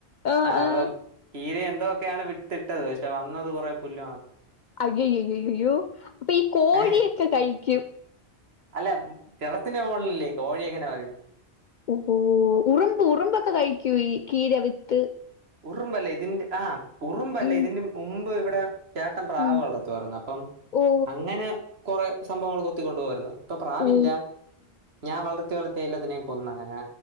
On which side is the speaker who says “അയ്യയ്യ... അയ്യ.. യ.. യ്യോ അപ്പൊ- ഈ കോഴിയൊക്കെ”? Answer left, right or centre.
Left